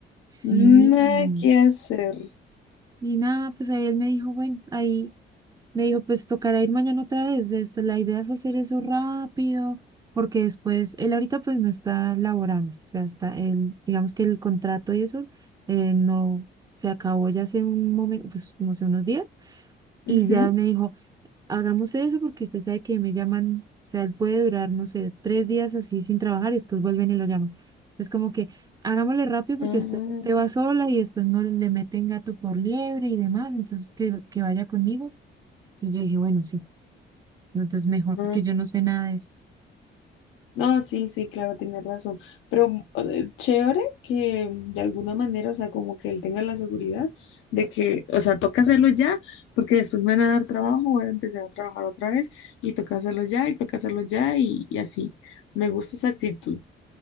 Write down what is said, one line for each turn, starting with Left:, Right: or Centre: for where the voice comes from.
Right: sí,
Left: nada
Right: y,
Left: que hacer.
Right: y nada, pues ahí él me dijo, bueno, ahí me dijo, pues tocará ir mañana otra vez, esto, la idea es hacer eso rápido, porque después, él ahorita pues no está laborando, o sea, está, él, digamos que el contrato y eso, eh, no, se acabó ya hace un momento, pues no sé, unos días, y
Left: Ujú.
Right: ya me dijo, hagamos eso porque usted sabe que me llaman, o sea, él puede durar, no sé, tres días así sin trabajar y después vuelven y lo llaman. Es como que hagámosle rápido porque
Left: Ah,
Right: después usted va sola y después no le meten gato por liebre y demás, entonces usted que vaya conmigo. Entonces yo dije, bueno, sí, no, entonces mejor
Left: ok.
Right: porque yo no sé nada de eso.
Left: No, sí, sí, claro, tienes razón. Pero eh, chévere que mm, de alguna manera, o sea, como que él tenga la seguridad de que, o sea, toca hacerlo ya, porque después me van a dar trabajo, voy a empezar a trabajar otra vez y toca hacerlo ya y toca hacerlo ya y, y así. Me gusta esa actitud.